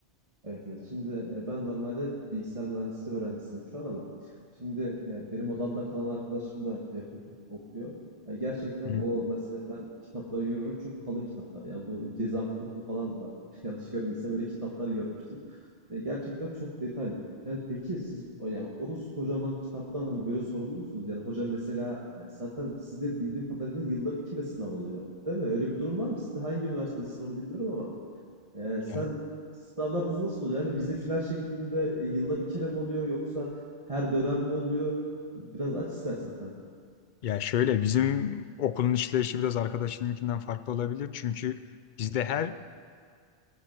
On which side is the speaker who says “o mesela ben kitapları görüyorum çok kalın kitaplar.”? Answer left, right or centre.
Right